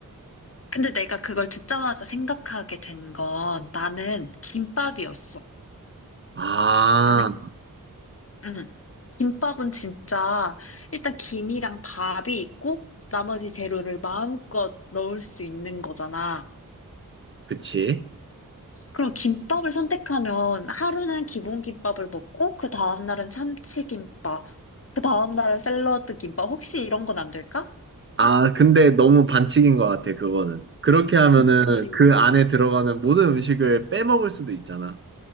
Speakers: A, on the left; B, on the right.
A: 근데 내가 그걸 듣자마자 생각하게 된 건 나는 김밥이었어.
B: 아,
A: 나는 응. 김밥은 진짜 일단 김이랑 밥이 있고 나머지 재료를 마음껏 넣을 수 있는 거잖아.
B: 그치.
A: 그럼 김밥을 선택하면 하루는 기본 김밥을 먹고 그 다음날은 참치김밥, 그 다음날은 샐러드 김밥. 혹시 이런 건 안 될까?
B: 아, 근데 너무 반칙인 것 같아, 그거는. 그렇게 하면은
A: 그치,
B: 그 안에 들어가는 모든 음식을 빼먹을 수도 있잖아.